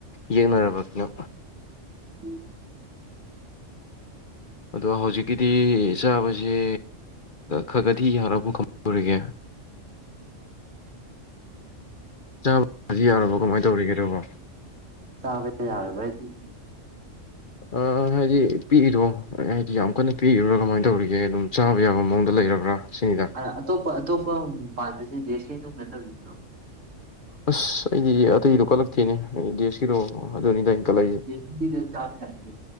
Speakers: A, on the left (about 45°); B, on the right (about 75°).
A: ꯌꯦꯛꯅꯔꯕ ꯀꯅꯣ
B: ꯎꯝ
A: ꯑꯗꯣ ꯍꯧꯖꯤꯛꯀꯤꯗꯤ ꯆꯥꯕꯕꯁꯤꯦ ꯈꯛꯒꯗꯤ ꯌꯥꯕꯨ ꯈꯪꯗꯔꯤꯒꯦ ꯆꯥꯕꯗꯤ ꯌꯥꯔꯕꯣ ꯀꯃꯥꯏꯅ ꯇꯧꯔꯤꯒꯦ ꯇꯧꯕꯣ
B: ꯆꯥꯕ ꯌꯥꯔꯕ ꯍꯥꯏꯗꯤ
A: ꯑꯥ ꯍꯥꯏꯖꯤ ꯄꯤꯛꯏꯗꯣ ꯍꯥꯏꯗꯤ ꯌꯥꯝ ꯀꯟꯅ ꯄꯤꯛꯏꯔꯨꯔꯥ ꯀꯃꯥꯏꯅ ꯇꯧꯔꯤꯒꯦ ꯑꯗꯨꯝ ꯆꯥꯕ ꯌꯥꯕ ꯃꯑꯣꯡꯗ ꯂꯩꯔꯕ꯭ꯔꯥ ꯁꯤꯅꯤꯗ
B: ꯑ ꯑꯇꯣꯞꯄ ꯑꯇꯣꯞꯄ ꯄꯗꯁꯤ ꯗꯦꯀꯤ ꯑꯦꯃꯨ ꯅꯠꯇꯕꯤ꯭ꯔꯣ
A: ꯑꯁ ꯑꯩꯗꯤ ꯑꯇꯩꯗꯣ ꯀꯜꯂꯛꯇꯦꯅꯦ ꯑꯩ ꯗꯦꯁꯀꯤꯗꯣ ꯑꯗꯨꯅꯤꯗ ꯑꯩꯅ ꯀꯠꯂꯛꯏꯁꯦ
B: ꯗꯦ ꯆꯥ ꯍꯥꯏ